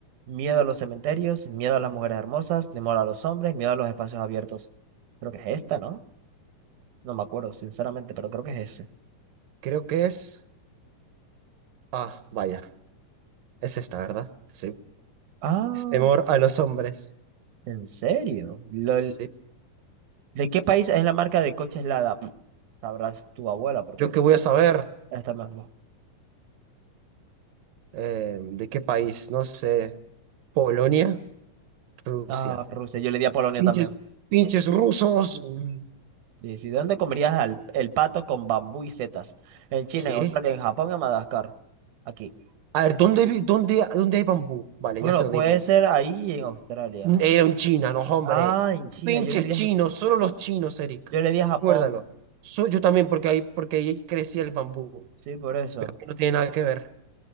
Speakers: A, on the right (about 70°); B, on the right (about 85°).
A: Miedo a los cementerios, miedo a las mujeres hermosas, temor a los hombres, miedo a los espacios abiertos. Creo que es esta, ¿no? No me acuerdo, sinceramente, pero creo que es ese.
B: creo que es. Ah, vaya. Es esta, ¿verdad? Sí.
A: Ah,
B: Es temor a los hombres.
A: ¿en serio? Lol.
B: Sí.
A: ¿De qué país es la marca de coches Lada? Pff, Sabrás tu abuela, porque
B: ¿Yo qué voy a saber?
A: esta mismo.
B: Eh, ¿de qué país? No sé. Polonia, Rusia.
A: Ah, Rusia. Yo le di a Polonia
B: Pinches,
A: también.
B: pinches rusos. Mm,
A: Sí, sí. dónde comerías al- el pato con bambú y setas? En China,
B: ¿Qué?
A: en Australia, en Japón, en Madagascar. Aquí.
B: A ver, ¿dónde, vi- dónde, dónde hay bambú? Vale,
A: Bueno,
B: ya sé dónde
A: puede
B: hay bambú.
A: ser ahí en Australia.
B: Era un china, no, hombre.
A: Ah, en China.
B: Pinches
A: Yo le di
B: chinos, solo los chinos, Eric.
A: Yo le di a Japón,
B: Recuérdalo. So- yo también, porque ahí, porque ahí crecía el bambú.
A: sí, por eso.
B: Pero que no tiene nada que ver.